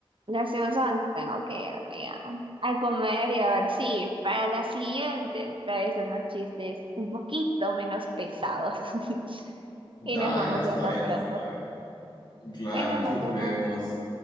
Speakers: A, on the right (about 60°); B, on the left (about 50°).
A: lastimosamente tengo que irme a, a comer y a ver si para la siguiente traes unos chistes un poquito menos pesados. <laughs>
B: Dale,
A: Y nos vamos
B: está
A: viendo
B: bien,
A: pronto.
B: está bien. Claro,
A: Bueno,
B: nos
A: nos vemos.
B: vemos.